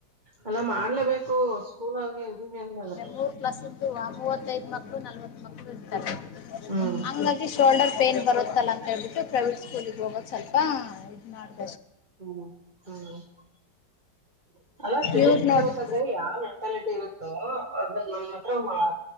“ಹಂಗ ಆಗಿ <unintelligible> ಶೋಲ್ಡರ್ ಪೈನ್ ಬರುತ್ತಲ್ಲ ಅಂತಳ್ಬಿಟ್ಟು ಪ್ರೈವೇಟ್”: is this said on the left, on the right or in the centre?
Left